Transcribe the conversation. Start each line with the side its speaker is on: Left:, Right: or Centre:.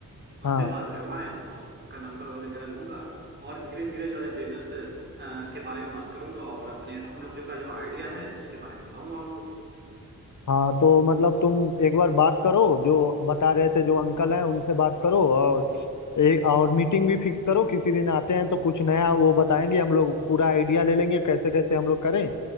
Right: उनसे
Left: हाँ
Right: बात करवाएं और उनका नंबर वगैरह लूंगा और धीरे धीरे जो है बिजनेस के बारे में बात करूंगा और अपने हम लोग जो का जो आइडिया है उसके बारे में बताऊंगा उनको
Left: हाँ तो मतलब तुम एक बार बात करो जो बता रहे थे जो अंकल हैं उनसे बात करो और ए, और मीटिंग भी फिक्स करो किसी दिन आते हैं तो कुछ नया वो बताएंगे हम लोग पूरा आइडिया ले लेंगे कैसे कैसे हम लोग करें